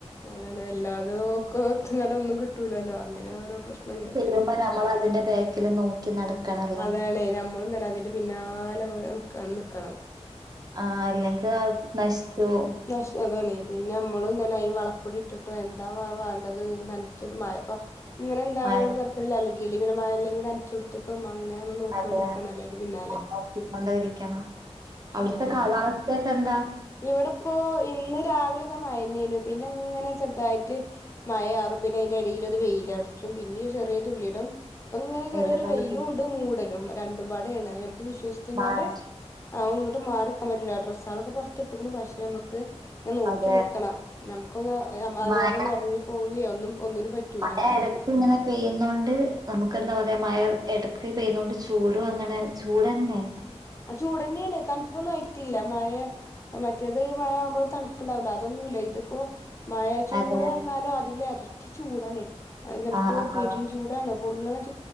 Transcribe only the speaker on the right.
ചെയ്യുമ്പോ നമ്മളതിന്റെ ബാക്കില് നോക്കി നടക്കണല്ലോ.
ആ അല്ലെങ്കിൽ നശിച്ചു പോകും
മഴ
അതെ
നോക്കി കൊണ്ടിരിക്കണം അവിടുത്തെ
കാലാവസ്ഥ പിന്നെന്താ
ഇവിടെപ്പോ
മഴ
അതെ
മഴ
മഴ
ഇടക്ക് ഇങ്ങനെ പെയ്യുന്നോണ്ട് നമുക്ക് എന്താ പറയാ മഴ ഇടക്ക് പോയ്യുന്നോണ്ട് ചൂട് അങ്ങനെ ചൂട് തന്നെ
അതെ
ആഹ് ആഹ്